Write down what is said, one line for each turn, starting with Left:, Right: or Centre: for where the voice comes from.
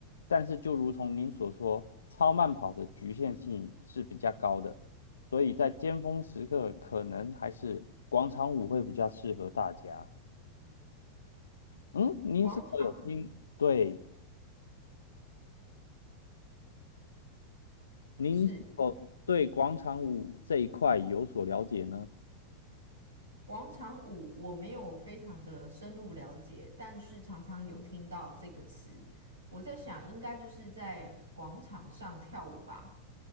Left: 但是就如同您所说，超慢跑的局限性是比较高的，所以在尖峰时刻可能还是广场舞会比较适合大家。嗯，您是否有听？
Right: 广场舞
Left: 对。您是否对广场舞这一块有所了解呢？
Right: 是广场舞我没有非常的深入了解，但是常常有听到这个词。我在想，应该就是在广场上跳舞吧。